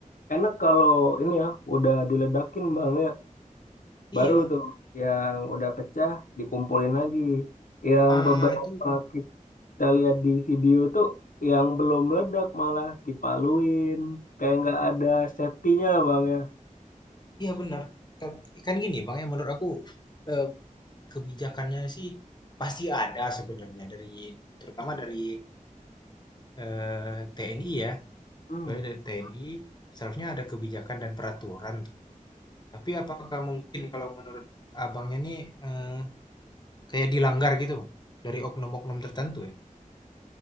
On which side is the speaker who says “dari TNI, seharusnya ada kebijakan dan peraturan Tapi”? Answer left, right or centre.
Left